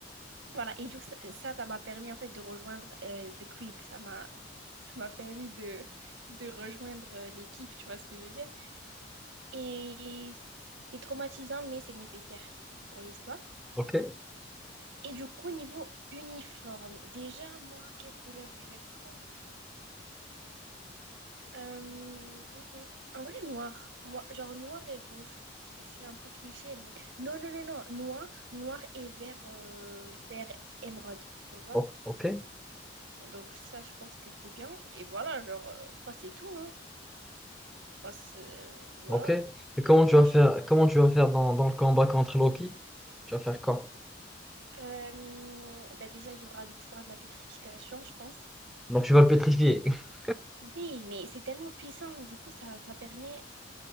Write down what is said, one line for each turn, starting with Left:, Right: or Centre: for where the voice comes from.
Right: Voilà, et du coup, ça, ça m'a permis en fait de rejoindre euh, The Crib. Ça m'a <laughs> ça m'a permis de, de rejoindre euh, l'équipe, tu vois ce que je veux dire. Et c'est traumatisant, mais c'est nécessaire pour l'histoire.
Centre: Ok.
Right: Et du coup, niveau uniforme, déjà, moi, quelle couleur je vais prendre? Euh, mm, mm, en vrai, noir. Moi, genre noir et rouge. C'est c'est un peu cliché, mais... Non, non, non, non. Noir, noir et vert, euh, vert émeraude, tu vois?
Centre: Ok. Ok.
Right: Donc ça, je pense que c'est bien. Et voilà, genre, euh, je crois que c'est tout, hein. Je crois que c'est... euh, voilà.
Centre: Ok. Et comment tu
Right: Genre,
Centre: vas
Right: je-
Centre: faire, comment tu vas faire dans, dans le combat contre Loki? Tu vas faire quoi?
Right: euh, bah déjà, il y aura le pouvoir de la pétrification, je pense.
Centre: Donc tu vas le pétrifier. <laughs>
Right: Oui, mais c'est tellement puissant. Du coup, ça, ça permet...